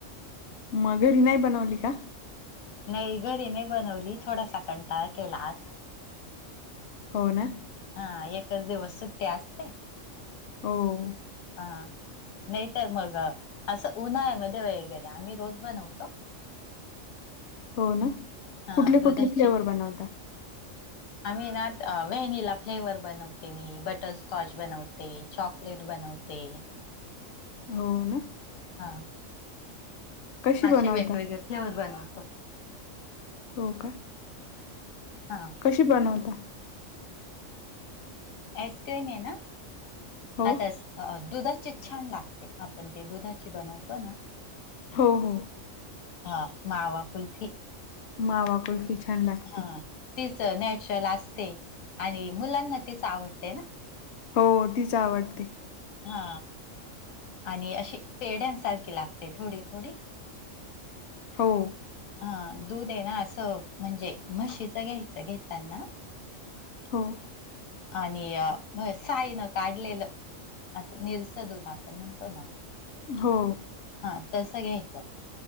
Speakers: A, on the left; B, on the left.
A: मग घरी नाही बनवली का?
B: नाही, घरी नाही बनवली, थोडासा कंटाळा केला आज.
A: हो ना.
B: हा, एकच दिवस सुट्टी असते.
A: हो.
B: हा, नाही तर मग, असं उन्हाळ्यामध्ये वगैरे आम्ही रोज बनवतो.
A: हो ना.
B: हां,
A: कुठले
B: दूधाची.
A: कुठले फ्लेवर बनवता
B: आम्ही ना, व्हॅनिला फ्लेवर बनवते मी, बटरस्कॉच बनवते, चॉक- लेट बनवते.
A: हो ना.
B: हा,
A: कशी
B: असे
A: बनवता
B: वेगवेगळे फ्लेवर बनवतो.
A: हो का?
B: हां.
A: कशी बनवता?
B: ऐसक्रीम एना,
A: हो
B: आता स- अ, दुधाचीच छान लागते, आपण ते दुधाची बनवतो ना.
A: हो, हो.
B: हां, मावा कुल्फी.
A: मावा कुल्फी छान लागते.
B: हां, तीच नॅचरल असते आणि मुलांना तीच आवडते ना.
A: हो तीच आवडते.
B: हा आणि अशी पेढ्यांसारखी लागते थोडी थोडी.
A: हो.
B: हा, दूध आहे ना, असं म्हणजे म्हशीचं घ्यायचं घेताना-
A: हो. <unintelligible>
B: आणि साईन काढलेलं असं निरस दूध आपण म्हणतो ना-
A: हो.
B: हा तसं घ्यायचं.